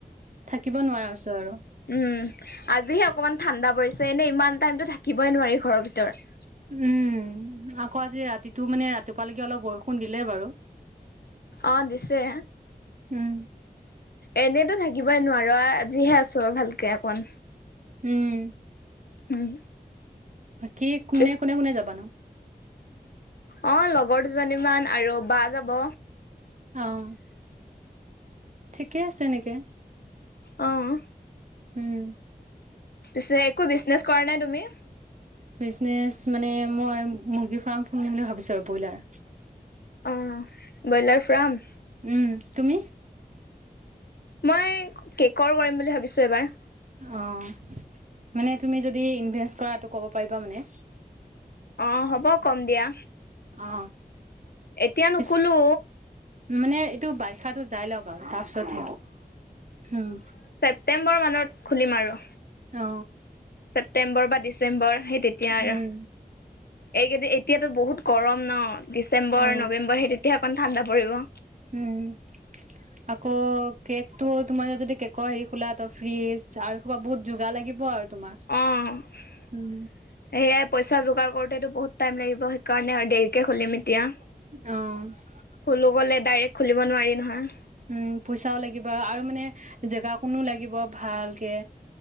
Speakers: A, on the right; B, on the left.
A: থাকিব নোৱাৰা আছো আৰু।
B: উম, আজিহে অকমান ঠাণ্ডা পৰিছে এনে ইমান টাইমতো থাকিবই নোৱাৰি ঘৰৰ ভিতৰত।
A: উম, আকৌ আজি ৰাতিটো মানে ৰাতিপুৱালৈকে অলপ বৰষুণ দিলে বাৰু।
B: অ', দিছে।
A: উম,
B: এনেইতো থাকিবই নোৱাৰো। আজিহে আছোঁ আৰু ভালকৈ অকণ
A: উম,
B: উম,
A: বাকী কোনে
B: পিছ
A: কোনে, কোনে যাবা নো?
B: অ', লগৰ দুজনীমান আৰু বা যাব।
A: অ', ঠিকে আছে এনেকে।
B: অ',
A: উম,
B: পিছে একো বিজনেছ কৰা নাই। তুমি
A: বিজনেচ মানে মই মুৰ্গী ফাৰ্ম ফুলিম বুলি ভাবিছো আৰু ব্ৰইলাৰ।
B: অ, ব্ৰইলাৰ ফাৰ্ম।
A: উম, তুমি?
B: মই কেকৰ কৰিম বুলি ভাবিছো। এইবাৰ।
A: অ', মানে তুমি য ইনভে কৰা ক'ব পাৰিবা মানে
B: অ, হ'ব কম দিয়া।
A: অ,
B: এতিয়া
A: পিছ
B: নুখোলো।
A: মানে এইটো বাৰিষাটো যাই লক বাৰু তাৰপিছতহে হম,
B: টেম্বৰ মানত খুলিম আৰু
A: অ,
B: ছেপ্তেম্বৰ বা ডিচেম্বৰ সেই তেতিয়া আৰু।
A: উম
B: এইকেইদ এতিয়াতো বহুত গৰম ন ডিচেম্বৰ
A: অ
B: নৱেম্বৰ সেই তেতিয়া অকণ ঠাণ্ডা পৰিব।
A: উম, আকৌ কেক টো তোমাৰ যদি কেকৰ হেৰি খোলা ত ফ্ৰিজ আৰু কবা বহুত যোগাৰ লাগিব আৰু তোমাৰ
B: অ, সেয়াই
A: উম
B: পইচা যোগাৰ কৰোতেতো বহুত টাইম লাগিব। সেইকাৰণে আৰু দেৰিকে খুলিম এতিয়া।
A: অ',
B: খুলো গ'লে ডাইৰেক্ট খুলিব নোৱাৰি নহয়।
A: উম, পইচাও লাগিব আৰু মানে জেগা কোনো লাগিব ভালকে